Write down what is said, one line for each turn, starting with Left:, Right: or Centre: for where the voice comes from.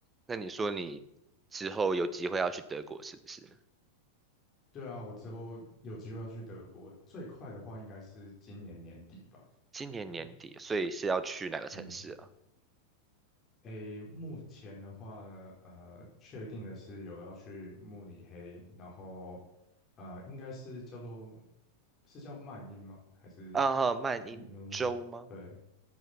Right: 那你说你之后有机会要去德国是不是？
Left: 对啊，我之后有机会要去德国，最快的话应该是今年年底吧。
Right: 今年年底，
Left: 对，
Right: 所以是要去哪个城市啊？
Left: 嗯，诶，目前的话呢，呃，确定的是有要去慕尼黑，然后呃，应该是叫做是叫曼因吗？还是
Right: 啊，曼因州吗？
Left: 纽因？对，